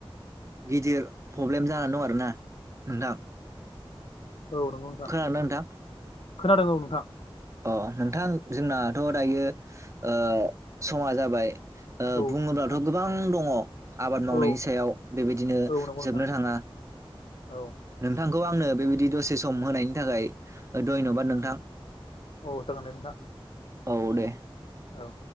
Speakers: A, on the right; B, on the left.
A: गिदिर प्रब्लेम जानानै दं आरोना नोंथां
B: औ नंगौ नोंथां
A: खोनादों ना नोंथा
B: खोनादों औ नोंथां
A: अ नोंथां जोंनाथ दायो ओ समा जाबाय। अ
B: औ
A: बुङोब्लाथ'
B: नोंथां
A: गोबां दङ आबाद
B: औ
A: मावनायनि सायाव बेबायदिनो
B: औ नंगौ नोंथां
A: जोबनो थाङा
B: औ
A: नोंथांखौ आंनो बेबायदि दसे सम होनायनि थाखाय धन्यबाद नोंथां।
B: औ जागोन दे नोंथां।
A: औ दे।
B: औ